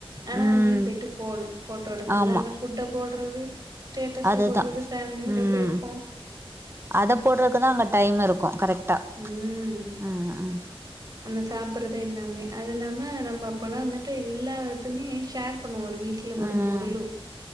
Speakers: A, on the right (about 40°); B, on the right (about 25°).
A: ஆனா
B: ம்
A: அங்கேயும் போயிட்டு ஃபோனு ஃபோட்டோ எடுக்கிறது
B: ஆமா
A: அந்த ஃபோட் டோ போட்றது ஸ்டேடஸ்ல
B: அதுதா
A: போட்றது ஃபேமிலியோட
B: ம்
A: போய்ருக்கோ
B: அத போட்றத்க்குதா அங்க டைம் இருக்கு கரெக்டா
A: ம்
B: ம் ம்
A: அந்த சாப்பிற்றது எல்லாமே அது இல்லாம நம்ப அப்பல்லா வந்துட்டு எல்லாத்துமே ஷேர் பண்ணு ஒரு வீட்ல
B: ம்
A: ஒரு பொருள்